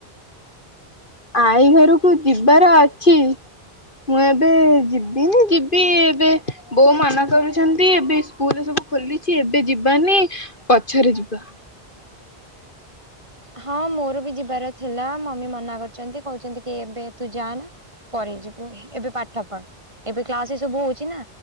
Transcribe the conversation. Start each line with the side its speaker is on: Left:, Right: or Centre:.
Left: ଆଈ ଘରକୁ ଯିବାର ଅଛି। ମୁଁ ଏବେ ଯିବିନି, ଯିବି ଏବେ ବୋଉ ମନ କରୁଛନ୍ତି। ଏବେ ସ୍କୁଲ ସବୁ ଖୋଲିଛି, ଏବେ ଯିବାନି ପଛରେ ଯିବା।
Right: ହଁ ମୋର ବି ଯିବାର ଥିଲା। ମମି ମନା କରୁଛନ୍ତି କହୁଛନ୍ତି କି ଏବେ ତୁ ଯା ନା ପରେ ଯିବୁ। ଏବେ ପାଠ ପଢ, ଏବେ କ୍ଲାସ ସବୁ ହଉଛି ନା।